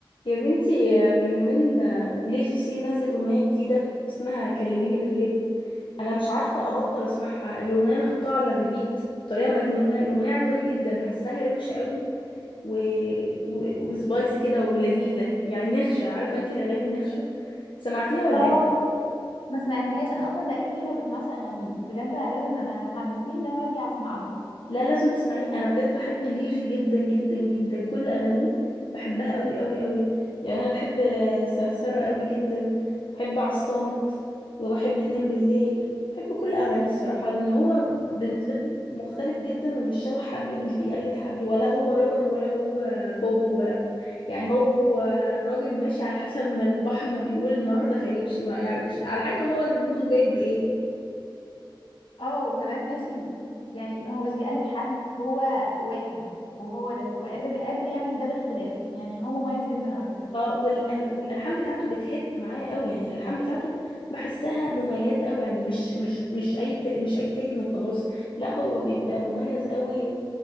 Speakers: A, on the left (about 70°); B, on the left (about 85°).
A: يا بنتي آه، من يومين لي جي سي نزل أغنية جديدة اسمها كلميني بالليل أنا مش عارفة أبطل أسمعها الأغنية أنا حطاها على الريبيت بطريقة مجنونة الأغنية عجباني جدا حاساها روشة قوي و... و... وسبايسي كده ولذيذة يعني نخشة عارفة أنتي الأغاني النخشة سمعتيها ولا
B: اه
A: إيه؟
B: ما سمعتهاش انا اصلا بقالي كتير ما بسمعش اغانيه بجد انا لازم انا حمستني ان انا ارجع اسمع له
A: لا لازم تسمعيه انا بجد بحب ليجي جدا جدا جدا كل اغانيه بحبها قوي قوي قوي يعني انا بحب سرسرة قوي جدا بحب عالصامت وبحب اتنين بالليل بحب كل اغانيه الصراحة لان هو بالنسبة لي مختلف جدا ومش شبه حد ومش بيقلد حد ولا هو رابر ولا هو بوب ولا يعني هو الراجل ماشي على حسب ما البحر ما بيقول النهارده هيمشي وهيعمل على حسب هو الموزه جايب ايه
B: اه وكمان ماشي يعني هو مش بيقلد حد هو واحد وهو ده وقادر قادر يعمل ده باختلاف يعني هو مميز جدا على فكرة
A: اه والال... والالحان بتاعته بتهت معايا قوي يعني الالحان بتاعته بحسها مميزه قوي يعني مش مش مش اي ت... مش اي تكنو وخلاص لا هو بيبقى مميز قوي